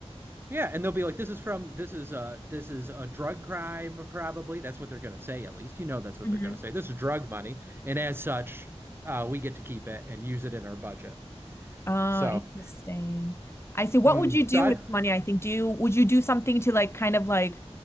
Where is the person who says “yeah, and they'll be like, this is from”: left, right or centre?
Right